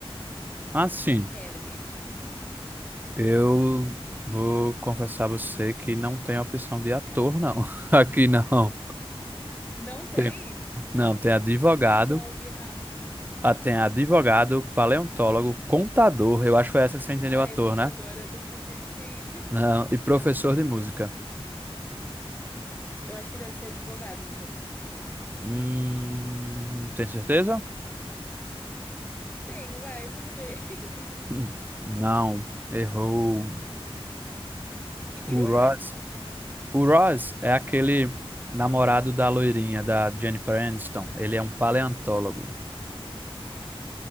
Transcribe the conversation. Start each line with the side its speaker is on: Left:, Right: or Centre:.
Right: Mas sim,
Left: É, ela é bem antiguinha.
Right: eu vou confessar a você que não tem opção de ator, não. <laughs> Aqui não.
Left: Não tem?
Right: Tem, não, tem advogado,
Left: Ah, então eu ouvi errado.
Right: ah, tem advogado, paleontólogo, contador, eu acho que foi essa que você entendeu,
Left: Ah,
Right: ator,
Left: é contador,
Right: né?
Left: eu confundi, sim.
Right: Ah, e professor de música.
Left: <laughs> Ai, meu Deus. Eu acho que deve ser advogado, então.
Right: Hum, tem certeza?
Left: Tenho, vai, vamos ver. <laughs>
Right: Hum, Não, errou.
Left: O que que
Right: O
Left: ele
Right: Ross.
Left: é?
Right: O Ross é aquele namorado da loirinha, da Jennifer Aniston. Ele é um paleontólogo.